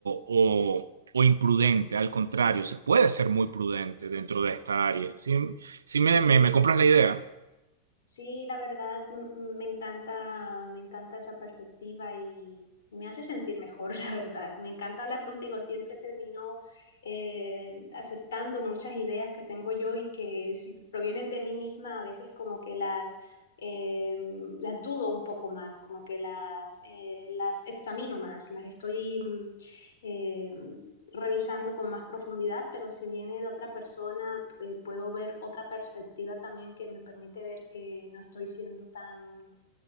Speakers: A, on the right (about 70°); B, on the left (about 60°).
A: o- o imprudente. Al contrario, se puede ser muy prudente dentro de esta área. ¿Sí, sí me,
B: Sí.
A: me- me compras la idea?
B: Sí, la verdad m- me encanta, me encanta esa perspectiva y, y me hace sentir mejor, <laughs> la verdad. Me encanta hablar contigo. Siempre termino eh, aceptando muchas ideas que tengo yo y que si provienen de mí misma, a veces como que las, eh, las dudo un poco más, como que las, eh, las examino más, las estoy mm, eh, revisando con más profundidad, pero si viene de otra persona, eh, puedo ver otra perspectiva también que me permite ver que no estoy siendo tan